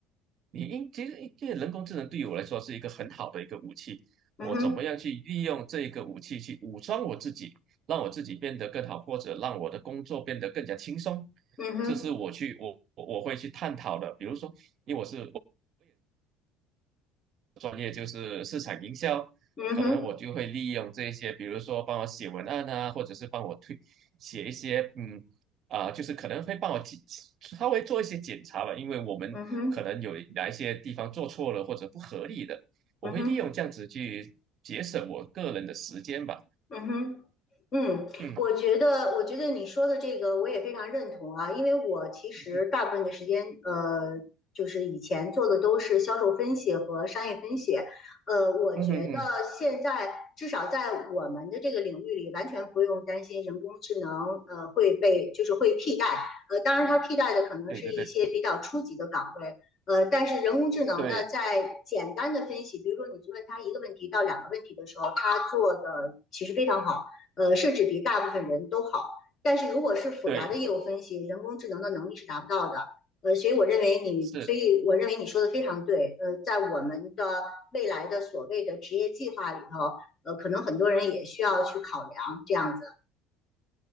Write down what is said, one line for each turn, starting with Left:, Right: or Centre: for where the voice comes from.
Right: 你应其实因为人工智能对于我来说是一个很好的一个武器，
Left: 嗯哼，
Right: 我怎么样去利用这个武器去武装我自己，让我自己变得更好，或者让我的工作变得更加轻松，
Left: 嗯哼，
Right: 这是我去我我我会去探讨的。比如说，因为我是专业就是市场营销，
Left: 嗯哼，
Right: 可能我就会利用这些，比如说帮我写文案啊，或者是帮我推写一些，嗯，啊、就是可能会帮我检稍微做一些检查吧，因为我们可能有哪一些地方做错了或者不合理的，
Left: 嗯哼，
Right: 我会利用这样子去节省我个人的时间吧。
Left: 嗯哼，嗯哼，嗯，
Right: 嗯
Left: 我觉得，我觉得你说的这个我也非常认同啊，因为我其实大部分的时间，
Right: 嗯
Left: 呃，就是以前做的都是销售分析和商业分析，呃，我觉得现在至少在我们的这个领域里，
Right: 嗯嗯嗯，
Left: 完全不用担心人工智能，呃，会被就是会替代，呃，当然它替代的可能是一些比较初级的岗位，
Right: 对对对
Left: 呃，但是人工智能呢，
Right: 对
Left: 在简单的分析，比如说你去问他一个问题到两个问题的时候，他做的其实非常好。呃，甚至比大部分人都好。但是如果是复杂的业务分析，
Right: 对，
Left: 人工智能的能力是达不到的。呃，所以我认为你，
Right: 是。
Left: 所以我认为你说的非常对。呃，在我们的未来的所谓的职业计划里头，呃，可能很多人也需要去考量这样子。